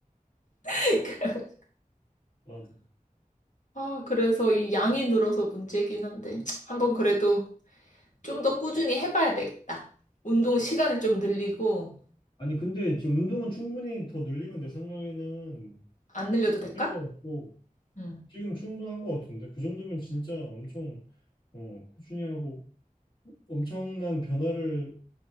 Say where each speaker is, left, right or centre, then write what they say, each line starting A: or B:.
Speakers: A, on the left (about 55°); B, on the left (about 35°).
A: <laughs>
B: 맞아.
A: 아, 그래서 이 양이 늘어서 문제긴 한데 한 번 그래도 좀 더 꾸준히 해봐야 되겠다. 운동 시간을 좀 늘리고,
B: 아니, 근데 지금 운동은 충분히 더 늘리면 내 생각에는
A: 안 늘려도 될까?
B: 할 것 같고,
A: 응.
B: 지금 충분한 것 같은데, 그 정도면 진짜 엄청, 어, 꾸준히 하고, 엄청난 변화를